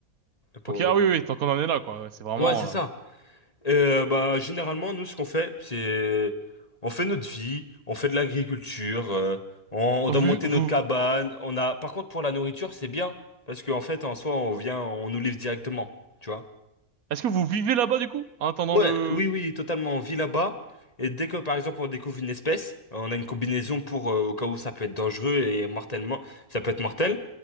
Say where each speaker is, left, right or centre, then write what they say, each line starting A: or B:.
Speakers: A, on the left; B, on the right.
A: pour-
B: Ok, ah oui, oui, tant qu'on en est là, quoi. Ouais, c'est vraiment...
A: Ouais, c'est ça.
B: euh,
A: Euh, bah, généralement, nous, ce qu'on fait, c'est... On fait notre vie, on fait de l'agriculture, euh, on, on
B: Vous,
A: doit monter
B: vous...
A: notre cabane. On a... Par contre, pour la nourriture, c'est bien. Parce qu'en fait, en soi, on vient, on nous livre directement. tu vois
B: Est-ce que vous vivez là-bas, du coup? En attendant
A: Ouais,
B: le...
A: oui, oui, totalement. On vit là-bas. Et dès que, par exemple, on découvre une espèce, on a une combinaison pour, euh, au cas où ça peut être dangereux et mortellement, ça peut être mortel.